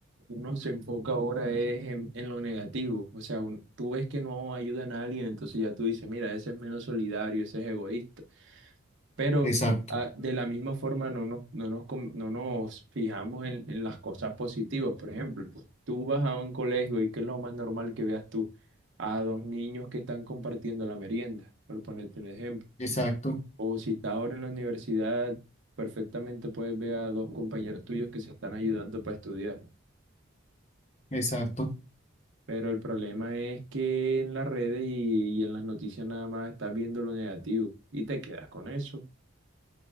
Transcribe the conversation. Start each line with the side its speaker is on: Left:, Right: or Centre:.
Right: uno se enfoca ahora es en, en lo negativo. O sea, un- tú ves que no ayuda a nadie, entonces ya tú dices, mira, ese es menos solidario, ese es egoísta. Pero
Left: Exacto,
Right: ah, de la misma forma no nos, no nos, com- no nos fijamos en, en las cosas positivas. Por ejemplo, tú vas a un colegio y ¿qué es lo más normal que veas tú? A dos niños que están compartiendo la merienda, por ponerte un ejemplo.
Left: exacto,
Right: O si estás ahora en la universidad, perfectamente puedes ver a dos compañeros tuyos que se están ayudando para estudiar.
Left: exacto.
Right: Pero el problema es que en las redes y, y en las noticias nada más estás viendo lo negativo y te quedas con eso.